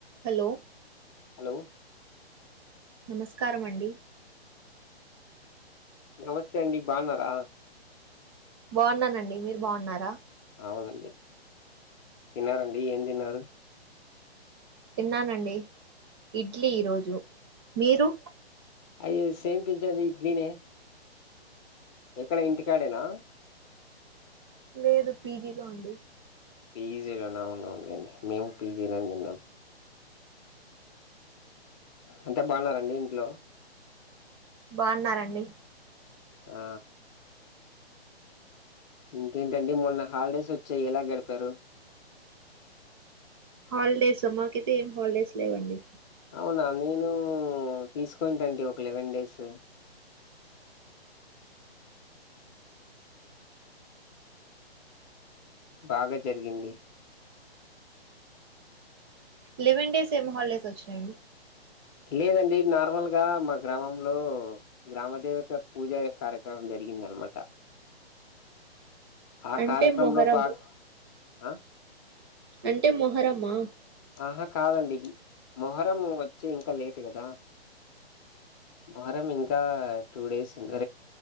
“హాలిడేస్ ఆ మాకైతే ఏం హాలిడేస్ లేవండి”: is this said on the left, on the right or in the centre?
Right